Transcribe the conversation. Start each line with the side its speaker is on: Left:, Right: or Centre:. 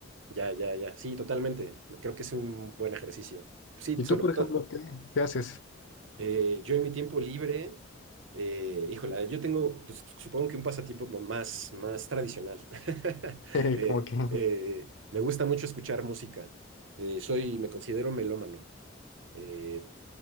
Right: Ya, ya, ya. Sí, totalmente. Creo que es un buen ejercicio. Sí,
Left: ¿Y
Right: sobre
Left: tú, por ejemplo,
Right: todo.
Left: qué, qué haces?
Right: Eh, yo en mi tiempo libre, eh, híjola, yo tengo, pues, supongo que un pasatiempo mo- más, más tradicional. <laughs>
Left: <laughs>
Right: Eh,
Left: Como que...
Right: eh, me gusta mucho escuchar música. Eh, soy, me considero melómano. Eh,